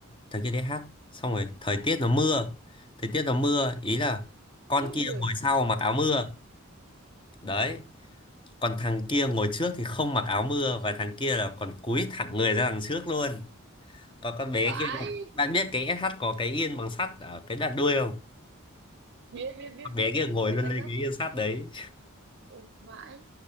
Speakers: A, on the left (about 25°); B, on the right (about 50°).
A: thằng kia đi SH xong rồi thời tiết nó mưa thời tiết nó mưa ý là con
B: ướt
A: kia
B: người.
A: ngồi sau mặc áo mưa đấy còn thằng kia ngồi trước thì không mặc áo mưa và thằng kia là còn cúi thẳng người ra đằng trước luôn còn con bé
B: Vãi.
A: kia bạn biết cái SH có cái yên bằng sắt ở cái đoạn đuôi không
B: Biết, biết, biết,
A: con bé
B: biết,
A: kia
B: biết.
A: ngồi
B: Cái
A: luôn
B: tay
A: lên
B: dắt.
A: cái yên sắt đấy
B: Ô, vãi.